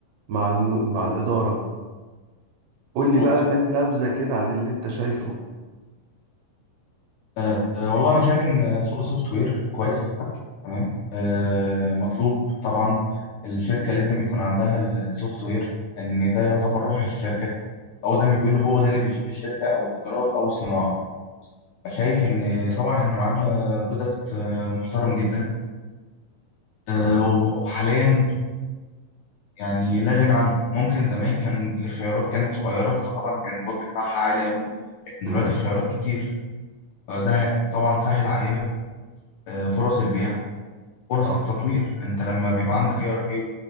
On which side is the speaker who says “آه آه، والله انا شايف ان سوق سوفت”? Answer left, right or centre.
Left